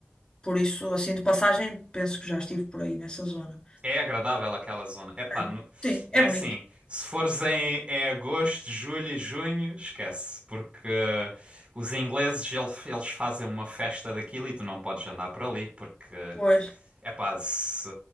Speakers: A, on the left; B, on the right.
A: por isso, assim, de passagem, penso que já estive por aí nessa zona.
B: É agradável aquela zona. Epá,
A: É.
B: no-
A: Sim,
B: é
A: é
B: assim,
A: bonito.
B: se fores em, em agosto, julho e junho, esquece, porque os ingleses ele- eles fazem uma festa daquilo e tu não podes andar por ali, porque
A: Pois,
B: Epá, se,